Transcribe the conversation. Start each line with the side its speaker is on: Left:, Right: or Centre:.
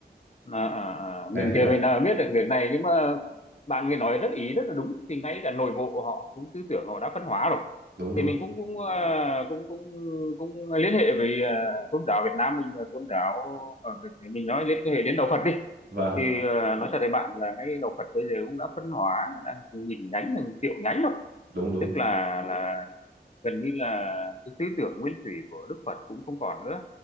Left: à, à, à.
Right: đấy
Left: mình
Right: thế
Left: chưa
Right: là
Left: về nào biết được việc này nhưng mà bạn người nói rất ý rất là đúng thì ngay cả nội bộ họ cũng tư tưởng họ đã phân hóa rồi
Right: đúng đúng
Left: thì mình cũng cũng à, cũng cũng cũng liên hệ với à, tôn giáo Việt Nam mình và tôn giáo ở mình nói liên hệ đến đạo Phật đi
Right: vâng
Left: thì à, nói thật với bạn là ngay đạo Phật bây giờ cũng đã phân hóa đang từng nghìn nhánh từng triệu nhánh rồi
Right: đúng đúng
Left: tức là là gần như là cái tư tưởng nguyên thủy của Đức Phật cũng không còn nữa